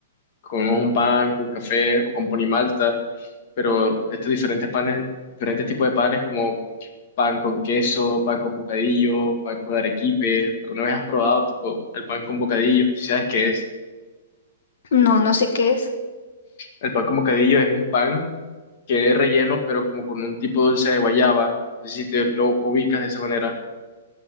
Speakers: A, on the left; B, on the left.
A: comemos un pan con café o con ponimalta, pero estos diferentes panes, diferentes tipos de panes como pan con queso, pan con bocadillo, pan con arequipe. ¿Alguna vez has probado tipo el pan con bocadillo? ¿Sí ¿Sabes qué es?
B: No, no sé qué es.
A: El pan con bocadillo es un pan que es relleno, pero como con un tipo dulce de guayaba. No sé si te lo ubicas de esa manera.